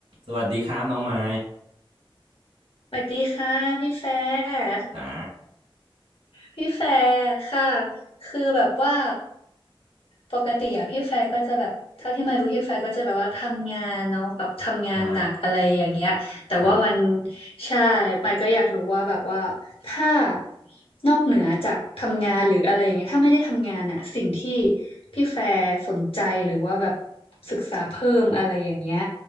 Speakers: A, on the right; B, on the left.
A: สวัสดีครับน้องไม้
B: สวัสดีค่ะพี่แฟร์
A: จ้า
B: พี่แฟร์ค่ะคือแบบว่าปกติอะพี่แฟร์ก็จะแบบเท่าที่มารู้พี่แฟร์ก็จะแบบว่าทำงานเนาะแบบทำงานหนักอะไรอย่างเงี้ยแต่ว่ามัน
A: ใช่ครับ
B: ใช่ไปายก็อยากรู้ว่าแบบว่าถ้านอกเหนือจากทำงานหรืออะไรอย่างเงี้ยถ้าไม่ได้ทำงานอะสิ่งที่พี่แฟร์สนใจหรือว่าแบบศึกษาเพิ่มอะไรอย่างเงี้ย